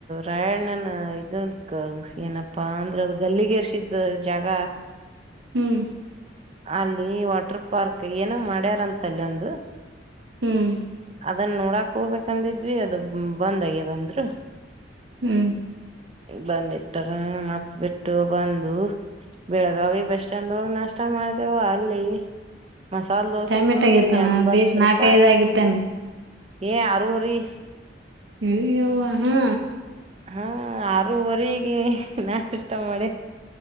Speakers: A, on the right; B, on the right.
A: ರಾಯಣ್ಣನ ಇದು ಏನಪ್ಪಾ ಅಂದ್ರೆ ಅ ಗಲ್ಲಿಗೆೇರ್ಸಿದ ಜಾಗ
B: ಹ್ಮ್
A: ಅಲ್ಲಿ ವಾಟರ್ ಪಾರ್ಕ್ ಏನ ಮಾಡ್ಯಾರಂತ ಅಲ್ಲಿ ಒಂದು
B: ಹ್ಮ್
A: ಅದನ್ನ ನೋಡಕ್ ಹೋಗಬೇಕಂದಿದ್ವಿ ಅದು ಬಂದ್ ಆಗ್ಯದಂದ್ರು
B: ಹ್ಮ್
A: ಬಂದಿಟ್ಟಾರ ಮತ್ ಬಿಟ್ಟು ಬಂದು ಬೆಳಗಾವಿ ಬಸ್ ಸ್ಟ್ಯಾಂಡ್ ಒಳಗ್ ನಷ್ಟ ಮಾಡ್ದವ ಅಲ್ಲಿ ಮಸಾಲೆ ದೋಸೆ
B: ಟೈಮೆಟ್
A: ತೂಂಡಿ
B: ಆಗೇತಾನ
A: ಎಂಬತ್ತು
B: ಬೇಷ್ ನಾಕೈದ್
A: ರೂಪಾಯಿ
B: ಆಗಿತ್ತೇನ
A: ಏ ಅರುವರಿೀ
B: ಹ್ಯ ಹಾ
A: ಹ್ಮ ಆರೂವರೆಗೆ ನಾಷ್ಟ ಮಾಡಿವೆ